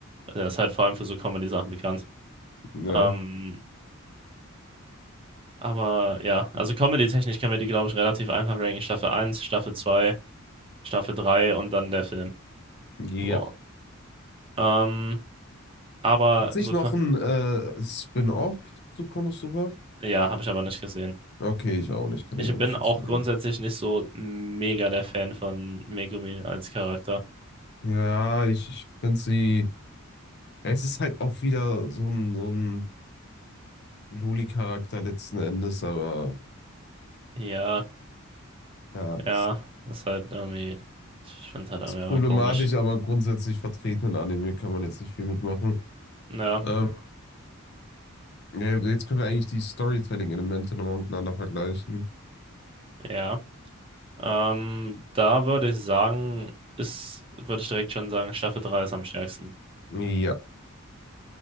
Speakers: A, on the right (about 25°); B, on the left (about 50°).
A: Der ist halt vor allem für so Comedy-Sachen bekannt.
B: Ja.
A: Ähm, aber ja, also Comedy-technisch können wir die, glaube ich, relativ einfach ranken. Staffel eins, Staffel 2, Staffel 3 und dann der Film.
B: Ja.
A: So. Ähm, aber
B: Gibt's nicht
A: so,
B: noch
A: ko-
B: ein äh, Spin-off zu Konosuba?
A: ja, habe ich aber nicht gesehen.
B: Okay, ich auch nicht, kann
A: Ich
B: ich auch nicht
A: bin
B: viel
A: auch
B: zu sagen.
A: grundsätzlich nicht so mega der Fan von Megumi als Charakter.
B: Ja, ich, ich finde sie. Ja, es ist halt auch wieder so ein, so ein Loli-Charakter letzten Endes, aber
A: Ja,
B: ja,
A: ja,
B: es
A: das ist halt irgendwie, ich finde es halt irgendwie
B: ist problematisch,
A: einfach komisch.
B: aber grundsätzlich vertreten in Anime kann man jetzt nicht viel mitmachen.
A: Ja,
B: Ähm, ja, jetzt können wir eigentlich die Storytelling-Elemente nochmal miteinander vergleichen.
A: ja. Ähm, da würde ich sagen, ist, würde ich direkt schon sagen, Staffel 3 ist am stärksten.
B: Ja.